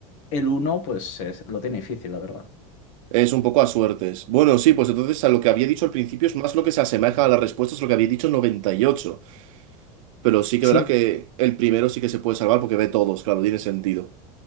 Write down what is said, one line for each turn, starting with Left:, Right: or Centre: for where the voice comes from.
Left: el uno pues es- lo tiene difícil, la verdad.
Right: Es un poco a suertes. Bueno, sí, pues entonces a lo que había dicho al principio es más lo que se asemeja a las respuestas, lo que había dicho noventa y ocho Pero sí que
Left: Sí,
Right: verá que el primero sí que se puede salvar porque ve todos, claro, tiene sentido.